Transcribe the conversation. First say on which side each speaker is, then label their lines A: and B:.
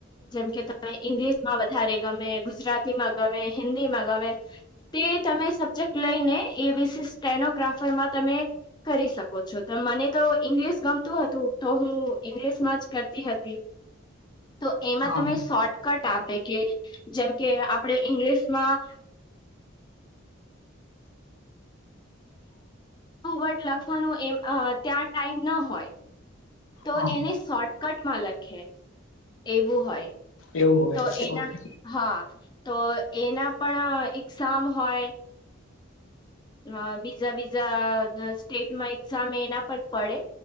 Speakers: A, on the left (about 20°); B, on the left (about 65°).
A: જેમકે તમે ઈંગ્લિશમાં વધારે ગમે ગુજરાતીમાં ગમે હિન્દી માં ગમે તે તમે સબ્જેક્ટ લઈ ને એવીસીસ સ્ટેનોગ્રાફરમાં તમે કરી શકો છો તો મને તો ઈંગ્લિશ ગમતું હતું તો હું ઇંગ્લિશમાં જ કરતી હતી <inaudible> તો એમાં
B: હા
A: તમે શોર્ટકટ આપે કે જેમ કે આપડે ઈંગ્લિશમાં વર્ડ લખવાનું એ ત્યાં ટાઈમ ન હોય તો
B: હા
A: એને શોર્ટકટમાં લખે એવું હોય
B: એવું હોય
A: તો એના
B: ઓકે
A: હા તો એના પણ એક્ઝામ હોય અ બીજા બીજા સ્ટેટમાં એક્ઝામ એના પર પડે